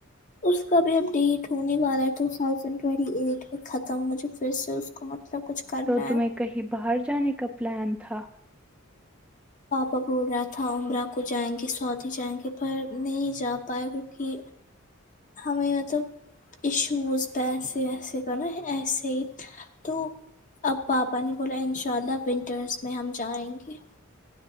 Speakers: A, on the left (about 40°); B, in the centre.
A: اس کا بھی ا ڈیٹ ہونے والا ہےٹو ٹھوسند ٹوئنٹی ایٹ میں ختم مجھے پھر سے اس کو مطلب کچھ کرنا
B: تو تمہیں
A: ہے
B: کہیں باہر جانے کا پلان تھا
A: پاپا بول رہا تھا امرہ کو جائیں گے سعودی جائیں گے پر نہیں جا پائے کیوںکہ ہمیں مطلب ایشوز پیسے ویسے کا نا ایسے ہی تو اب پاپا نے بولا انشاء اللہ ونٹرس میں ہم جائیں گے